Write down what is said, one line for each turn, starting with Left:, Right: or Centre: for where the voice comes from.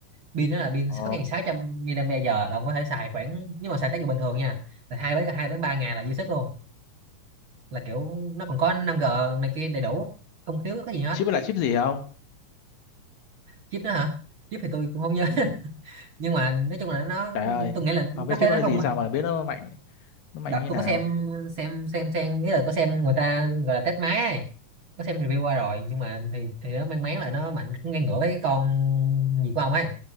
Right: pin nó là pin
Left: ồ
Right: 6.600 mAh là ông có thể xài khoảng nhưng mà xài tới bình thường nha là hai đến hai đến ba ngày là dư sức luôn là kiểu nó còn có năm g này kia đầy đủ không thiếu cái gì hết
Left: chip là chip gì không
Right: chip đó hả chip thì tôi cũng không nhớ
Left: ừ
Right: <laughs> nhưng mà nói chung là nó
Left: trời ơi
Right: tôi nghĩ là
Left: không
Right: nó
Left: biết
Right: cái
Left: chip nó
Right: nó
Left: là
Right: không
Left: gì
Right: mạnh
Left: sao mà biết nó mạnh nó mạnh
Right: đợt
Left: như
Right: tôi
Left: nào
Right: có xem xem xem xem nghĩa là có xem người ta gọi là test máy ấy. có xem review qua rồi nhưng mà thì thì nó mang máng là nó mạnh cũng ngang ngửa với cái con gì của ông ấy